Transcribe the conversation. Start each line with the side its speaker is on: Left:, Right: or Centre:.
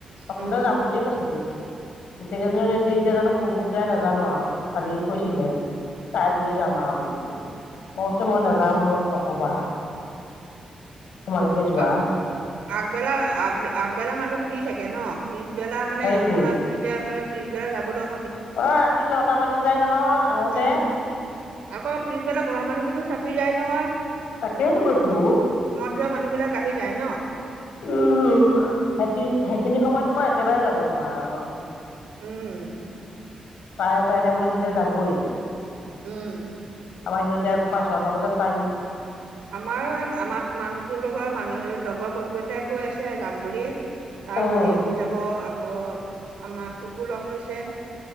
Left: প্ৰথমতে
Right: উম।
Left: যাম বুলিয়ে কৈছিলো। টকেইজনী গৈছে এতিয়া জানো কোন কোন যায় নাজানো আৰু কালি কৈছিলে। তাইলৈ যাম আৰু বুলি মই কছো মই নাযাম মোক নক'বা। তোমালোকে জোৱা।
Right: অ আগবেলা আগবেলা মানুহ ফ্ৰী থাকে ন পিছবেলা মানে
Left: সেইটোৱে
Right: অকমান এতিয়া মানে। পিছবেলা যাবলৈ অসুবিধা
Left: অ ৰাতি নটা বাজি যায় নহয় আহোতে।
Right: উম। আকৌ পিছবেলা ঘৰৰ মানুহখিনিও চাবি যায় নহয়।
Left: তাক কেইেত কৈছো।
Right: মানুহ বিলাক আহি যায় ন।
Left: উম সেইখিনি সেইখিনি সময়তো। তোমাৰ একেবাৰে যাব নোৱাৰা আৰু।
Right: উম
Left: চাৰে চাৰে টাই মানে সেইতিয়া যাবই।
Right: উম।
Left: আমাৰ সিহঁতে আকৌ পাঁচ ছটা বজাত পায়হি।
Right: আমাৰো সেই আমাৰ মানুহটো লগৰ মানুহ লগৰ বন্ধু এটাই কৈ আছে যাম বুলি। তাৰ
Left: উম
Right: ঘনীয়েকো যাব আকৌ আমাৰটোকো লগ লৈছে।